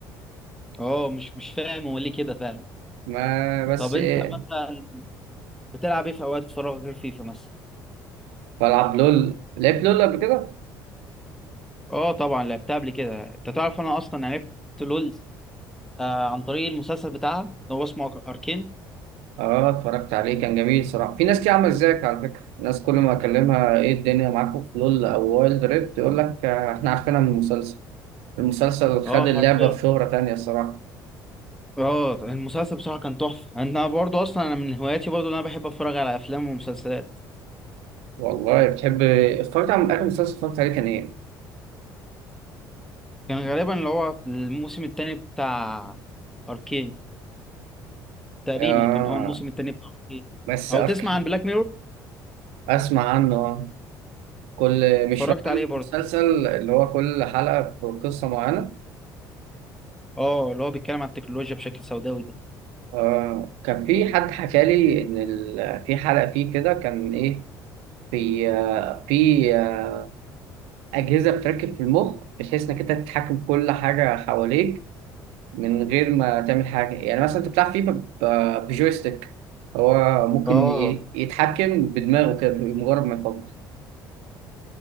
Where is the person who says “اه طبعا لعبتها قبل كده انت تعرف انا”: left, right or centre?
Centre